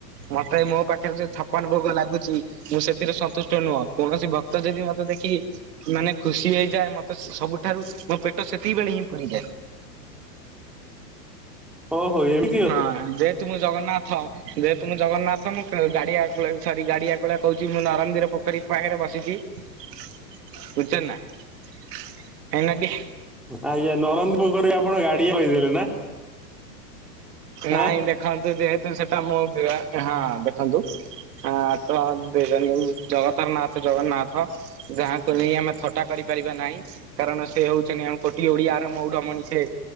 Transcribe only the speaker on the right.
ମତେ ମୋ ପାଖରେ ଯୋଉ ଛପାନ ଭୋଗ ଲାଗୁଚି ମୁଁ ସେଥିରେ ସନ୍ତୁଷ୍ଟ ନୁହଁ କୌଣସି ଭ କ୍ତ ଯଦି ମତେ ଦେଖିକି ମାନେ ଖୁସି ହେଇଯାଏ ମତେ ସ୍-ସବୁଠାରୁ ମୋ ପେଟ ସେତିକି ବେଳେ ହିଁ ପୁରିଯାଏ।
ହଁ ଯେହେତୁ ମୁ ଜଗନ୍ନା ହଁ ଯେହେତୁ ମୁଁ ଜଗନ୍ନାଥ ମୁଁ ଗାଡିଆ ଆକୁଳା କହୁଛି ମୁଁ ନରନ୍ଦିର ପୋଖରୀ ପାଖରେ ବସିଲି। ବୁଝୁଛନ୍ତି ନା କାହିଁକିନା ଟିକ୍
ନାଇଁ ଦେଖନ୍ତୁ ଯେହେତୁ ସେଟା ମୋ ବେଳା ହଁ ଦେଖନ୍ତୁ ଆ ତ <unintelligible> ଜଗତାର ନାଥ ଜଗନ୍ନାଥ ଯାହାଙ୍କୁ ନେଇ ଆମେ ଥଟା କରିପାରିବା ନାହିଁ କାରଣ ସେ ହୋଉଚନ୍ତି ଆମ କୋଟି ଓଡିଆର ମଉଡ ମଣି ସେ